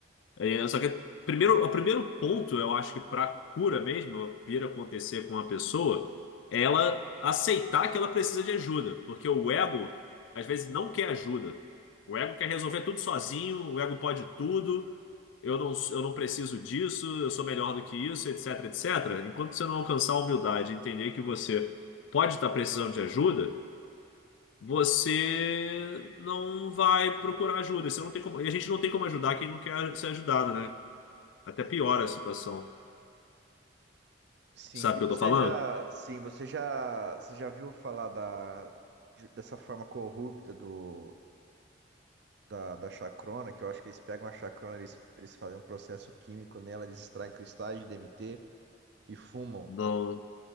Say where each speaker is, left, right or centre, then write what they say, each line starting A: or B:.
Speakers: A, on the left (about 75°); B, on the right (about 60°).
A: É, só que primeiro, o primeiro ponto, eu acho que para cura mesmo, vir a acontecer com uma pessoa, é ela aceitar que ela precisa de ajuda, porque o ego às vezes não quer ajuda. O ego quer resolver tudo sozinho, o ego pode tudo. Eu não, eu não preciso disso, eu sou melhor do que isso, etc, etc. Enquanto você não alcançar a humildade, e entender que você pode estar precisando de ajuda, você não vai procurar ajuda. Você não tem como, e a gente não tem como ajudar quem não quer ser ajudado, né? Até piora a situação.
B: Sim,
A: Sabe
B: e
A: o que
B: você
A: eu tô falando?
B: já, sim, você já, você já viu falar da, de- dessa forma corrupta do, da, da chacrona, que eu acho que eles pegam a chacrona, eles, eles fazem um processo químico nela, eles extraem cristais de DMT e fumam.
A: Não,